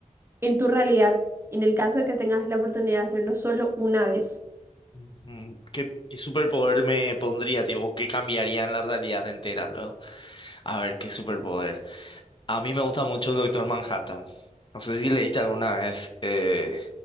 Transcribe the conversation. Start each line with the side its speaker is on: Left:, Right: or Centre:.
Right: en tu realidad en el caso de que tengas la oportunidad de hacerlo solo una vez?
Left: ujú. ¿Qué, qué superpoder me pondría, tipo, qué cambiaría en la realidad entera, A ver, qué superpoder. A mí me gusta mucho el Doctor Manhattan. No sé si leíste alguna vez eh,